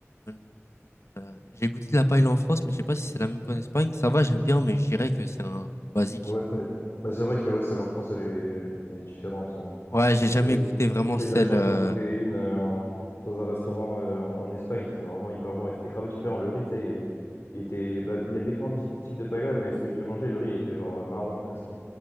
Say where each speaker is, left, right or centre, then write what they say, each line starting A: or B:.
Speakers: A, on the left; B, on the left.
A: hum, euh, j'ai goûté de la paella en France, mais je sais pas si c'est la même qu'en Espagne. Ça va, j'aime bien, mais je dirais que c'est un basique.
B: Ouais, c'est bah, c'est vrai que ouais, celle en France, elle est, elle est différente. euh.
A: Ouais, j'ai jamais
B: Euh,
A: goûté vraiment
B: J'ai
A: celle.
B: eu la chance
A: euh,
B: d'en goûter une euh, en- dans un restaurant euh, en, en Espagne. C'était vraiment hyper bon et c'était grave différent. Le riz, tu sais, il est, il était, bah, il y a différents di- types de paella, mais celui que j'ai mangé, le riz, il était genre euh, marron presque.